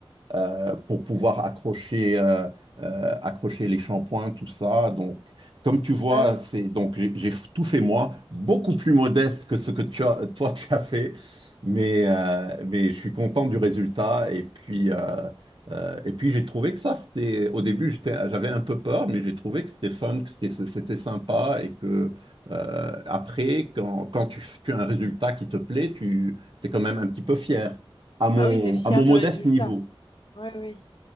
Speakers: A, on the right; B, on the left.
A: euh, pour pouvoir accrocher, euh, euh, accrocher les shampoings, tout ça. Donc comme tu vois,
B: Ah oui.
A: c'est donc j'ai j'ai tout fait moi, beaucoup plus modeste que ce que tu as- toi tu as fait. Mais, euh, mais je suis content du résultat et puis euh, euh, et puis j'ai trouvé que ça, c'était au début, j'étais, j'avais un peu peur, mais j'ai trouvé que c'était fun, que c'était, c'était sympa et que euh, après, quand, quand tu, tu as un résultat qui te plaît, tu es quand même un petit peu fier à mon,
B: Ah oui, t'es fier
A: à mon
B: du
A: modeste
B: résultat.
A: niveau.
B: Oui, oui.